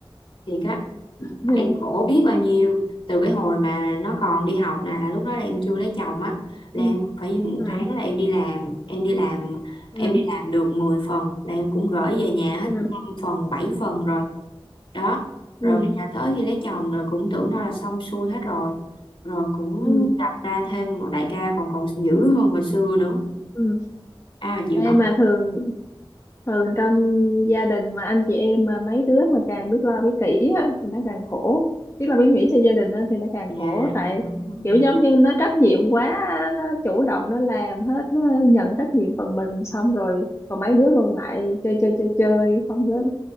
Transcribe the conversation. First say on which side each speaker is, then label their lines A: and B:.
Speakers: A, on the left; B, on the left.
A: thiệt á
B: Ừ.
A: em khổ biết bao nhiêu từ cái hồi mà nó còn đi học nè là lúc đó là em chưa lấy chồng á là
B: Ừ.
A: em phải một
B: Ừ.
A: tháng là em đi làm em đi làm
B: Ừ.
A: em đi làm được 10 phần là em cũng gửi về nhà hết
B: Ừ.
A: 5 phần 7 phần rồi đó rồi
B: Ừ.
A: bây giờ tới khi lấy chồng rồi cũng tưởng đâu là xong xuôi hết rồi rồi cũng
B: Ừ.
A: đặt ra thêm một đại ca còn còn dữ hơn hồi xưa nữa
B: Ừ.
A: ai mà chịu
B: Em
A: nổi
B: mà thường thường trong gia đình mà anh chị em mà mấy đứa mà càng biết lo biết kỹ á, thì nó càng khổ biết lo biết nghĩ cho gia đình á, thì nó càng
A: dạ
B: khổ tại
A: dạ, đúng rồi
B: kiểu giống như nó trách nhiệm quá á, nó chủ động nó làm hết nó nhận trách nhiệm phần mình xong rồi còn mấy đứa còn lại chơi chơi chơi chơi không có